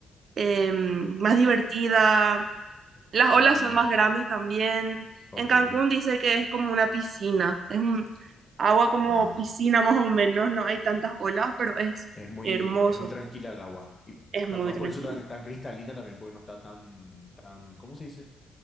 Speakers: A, on the right (about 55°); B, on the left (about 25°).
A: em, más divertida, Las olas
B: Mm,
A: son más grandes también.
B: ok.
A: En Cancún dice que es como una piscina, es un agua como
B: Ah,
A: piscina más o menos, no hay tantas olas, pero es
B: Es muy,
A: hermoso,
B: es muy tranquila el agua. Y
A: es
B: capaz
A: muy tranquilo.
B: por eso tan, tan cristalina también, porque no está tan, tan, ¿cómo se dice?